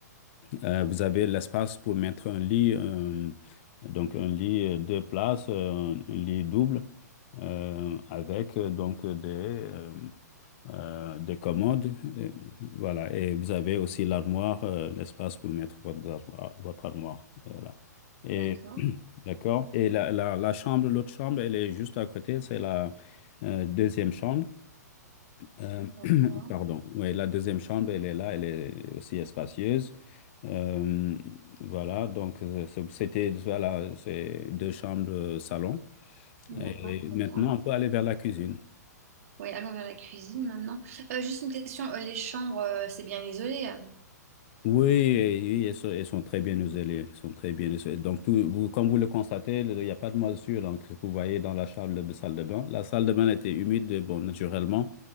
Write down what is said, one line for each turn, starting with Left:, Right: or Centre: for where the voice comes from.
Left: Euh, vous avez l'espace pour mettre un lit, euh, donc un lit euh, deux places, euh, un lit double, euh, avec euh, donc des, euh, euh, des commodes. euh, voilà, et vous avez aussi l'armoire, euh, l'espace pour mettre votre armoire. Votre armoire, voilà Et,
Right: D'accord,
Left: <clears throat> d'accord. Et la, la, la chambre, l'autre chambre, elle est juste à côté, c'est la euh, deuxième chambre. Euh,
Right: d'accord,
Left: <clears throat> pardon, Oui, la deuxième chambre, elle est là, elle est aussi espacieuse. Euh, voilà, donc euh, c'est- c'était, voilà, c'est deux chambres euh, salon.
Right: d'accord,
Left: Et
Right: très
Left: maintenant,
Right: bien.
Left: on peut aller vers la cuisine.
Right: Oui, allons vers la cuisine maintenant. Euh, juste une question, euh, les chambres, euh, c'est bien isolé? euh
Left: Oui, oui, ils sont, ils sont très bien isolés. Ils sont très bien isolés. Donc, tout, vous- comme vous le constatez, le- il n'y a pas de moisissure. Donc, ce que vous voyez dans la salle de, salle de bain, la salle de bain était humide, bon, naturellement,